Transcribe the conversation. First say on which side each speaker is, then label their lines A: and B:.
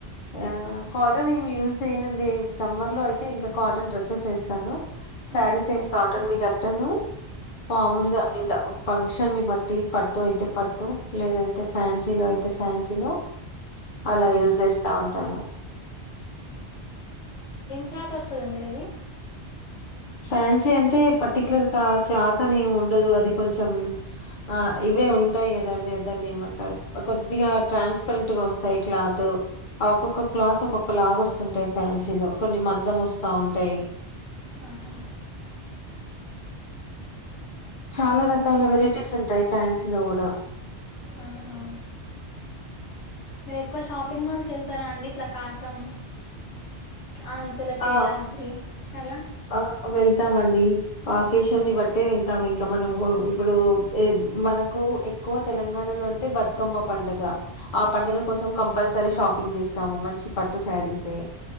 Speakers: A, on the left; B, on the left.
A: ఆ కాటన్ ఏమి యూజ్ చేయనుండి సమ్మర్ లో అయితే ఇంకా కాటన్ డ్రెస్సెస్ వేస్తాను శారీ
B: మ్మ్.
A: సేమ్ కాటన్ వి కట్టను మాముూలుగా ఇంకా ఫంక్షన్ ని బట్టి పట్టు అయితే పట్టు లేదంటే ఫ్యాన్సీలో అయితే ఫ్యాన్సీలో అలా యూజ చేేస్తా ఉంటాను
B: క్యా తొస వెలాడి అది
A: ఫ్యాన్సీ అంటే పర్టిక్యులర్ క్లాత్ అని ఏమి ఉండదు అది కొంచెం ఆ ఇవే ఉంటాయి కదండి అదాన్ని ఏమంటారు కొద్దిగా ట్రాన్స్పరెంట్ గా వస్తాయి క్లాత్ ఆ ఒక్కొక్క క్లాత్ ఒక్కొక్క లాగ వస్తుంటాయి ఫ్యాన్సీలో కొన్ని మందం వస్తా ఉంటాయి
B: ఆహా
A: చాలా రకాల వెరైటీస్ ఉంటాయి ఫ్యాన్స్ లో కూడా
B: ఆహా. మీరు ఎక్కువ షాపింగ్ మాల్స్ వెళ్తారా అండి ఇట్లా కాసం అనంతుల కేదాద్రి
A: ఆ
B: అలా
A: ఆ వెళ్తామండి ఆఫషాన్ని
B: ఆ.
A: బట్టే వెళ్తాం ఇంకా ఇక మనం ఇప్పుడు మనకు ఎక్కువ తెలంగాణలో అంటే బతుకమ్మ పంండగ ఆ పండుగ కోసం కంపల్సరీ షాపింగ్ చేస్తాము మంచి పట్టు శారీసే